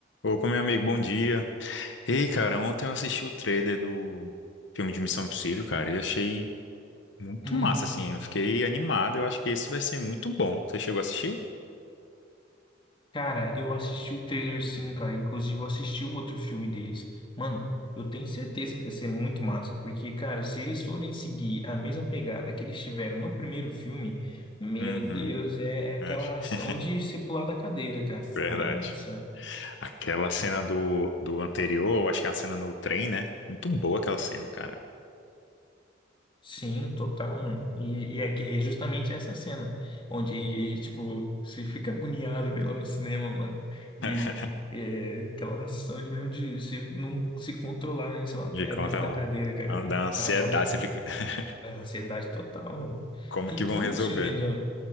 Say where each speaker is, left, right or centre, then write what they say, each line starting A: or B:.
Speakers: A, on the left; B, on the left.
A: Opa, meu amigo, bom dia. Ei, cara, ontem eu assisti o trailer do filme de Missão Impossível, cara, e achei muito
B: Hum,
A: massa, assim. Eu fiquei animado, eu acho que esse vai ser muito bom. Você chegou a assistir?
B: cara, eu assisti o trailer sim, cara. Inclusive, eu assisti o outro filme deles. Mano, eu tenho certeza que vai ser muito massa, porque, cara, se eles forem seguir a mesma pegada que eles tiveram no primeiro filme, meu
A: Uhum.
B: Deus, é, é aquela
A: é, acho.
B: ação
A: <laughs>
B: de se pular da cadeira, cara.
A: Verdade.
B: Meu Deus do céu.
A: Aquela cena do, do anterior, eu acho que é uma cena no trem, né? Muito boa aquela cena, cara.
B: Sim, total, mano. E, e é, que- é justamente essa cena onde, tipo, você fica agoniado vendo ela no cinema, mano. E
A: <laughs>
B: é, aquela ação de mesmo de você não se controlar né, em cima, né,
A: De conta
B: dentro da
A: lá.
B: cadeira, cara.
A: Da
B: E
A: ansiedade,
B: Acaba tipo,
A: você fica. <laughs>
B: a ansiedade total, mano.
A: Como
B: em
A: que
B: todos
A: vão resolver?
B: os filmes da,